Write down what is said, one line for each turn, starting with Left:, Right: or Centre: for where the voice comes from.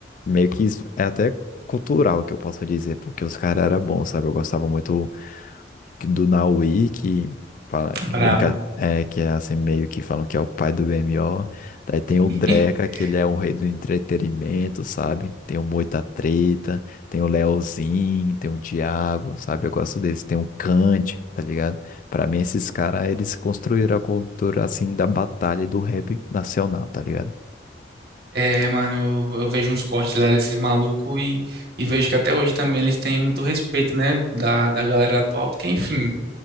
Left: meio que isso é até cultural que eu posso dizer, porque os caras eram bons, sabe? Eu gostava muito do Naui, que fala,
Right: Brabo.
Left: que brinca, é, que é assim, meio que falam que é o pai do BMO. Daí tem o
Right: <laughs>
Left: Dreca, que ele é o rei do entretenimento, sabe? Tem o Moita Treta, tem o Leozinho, tem o Thiago, sabe? Eu gosto desse. Tem o Kant, tá ligado? Pra mim, esses caras, eles construíram a cultura, assim, da batalha e do rap nacional, tá ligado?
Right: É, mano, eu, eu vejo uns cortes lá desses malucos e, e vejo que até hoje também eles têm muito respeito, né? Da, da galera atual, porque, enfim,